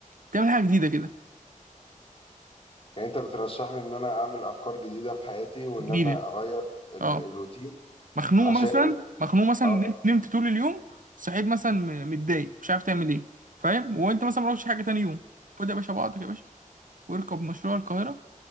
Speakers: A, on the right (about 75°); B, on the left (about 45°).
A: تعمل حاجه جديده كده
B: يعني انت بترشح لي ان انا اعمل افكار جديدة في حياتي وان
A: جديده
B: انا اغير ال
A: اه
B: الروتين
A: مخنوق
B: عشان
A: مثلا مخنوق مثلا
B: اه
A: نمت نمت طول اليوم صحيت مثلا م- متضايق مش عارف تعمل ايه فاهم وانت مثلا ما روحتش حاجه تاني يوم خد يا باشا بعضك يا باشا واركب مشروع القاهره